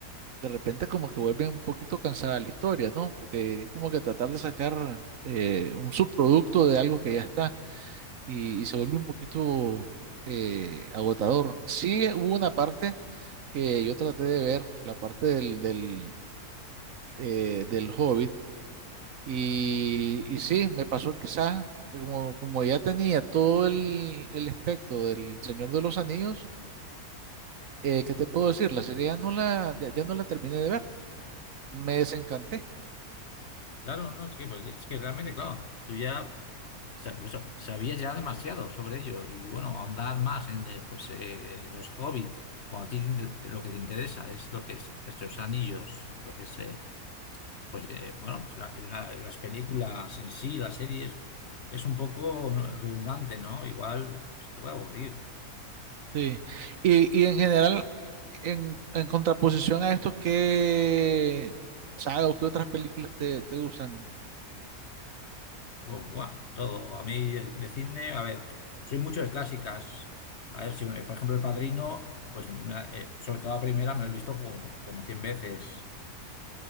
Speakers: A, on the right; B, on the left.
A: de repente como que vuelve un poquito cansada la historia, ¿no? Porque es como que tratar de sacar eh, un subproducto de algo que ya está y, y se vuelve un poquito eh, agotador. Sí hubo una parte que yo traté de ver, la parte del, del, eh, del Hobbit, y, y sí, me pasó quizás, eh, como, como ya tenía todo el, el espectro del Señor de los Anillos, eh, ¿qué te puedo decir? La serie ya no la, ya ya no la terminé de ver, me desencanté.
B: claro, no, es que, pues, es que realmente, claro, tú ya. sa- pues eso, sabía ya demasiado sobre ello y bueno, ahondar más en eh, pues, eh, en los hobbits, cuando a ti te inter- te- lo que te interesa es lo que es estos anillos, lo que es, eh, pues eh, bueno, pues la- la- las películas en sí, las series, es un poco redundante, ¿no? Igual pues, te voy a aburrir.
A: Sí, y, y en general, en, en contraposición a esto, ¿qué saga o qué otras películas te, te gustan?
B: Bu- buah, todo. A mí eh, de cine, a ver, soy mucho de clásicas. A ver, si, me- por ejemplo, El Padrino, pues me la- eh, sobre todo la primera me la he visto como, como 100 veces.